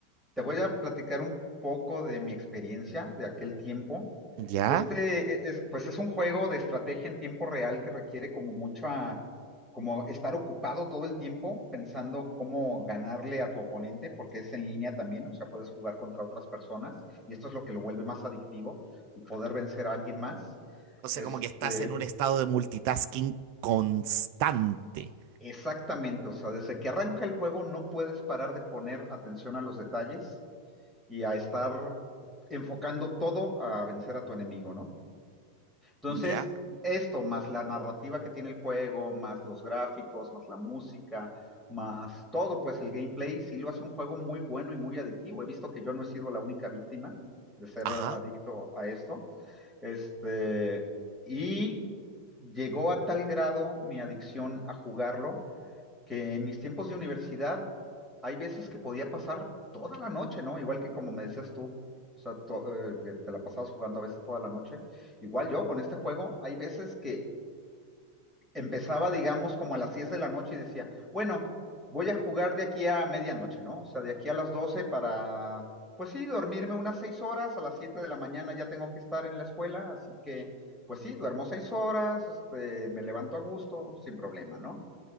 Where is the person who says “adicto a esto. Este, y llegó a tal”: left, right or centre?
Centre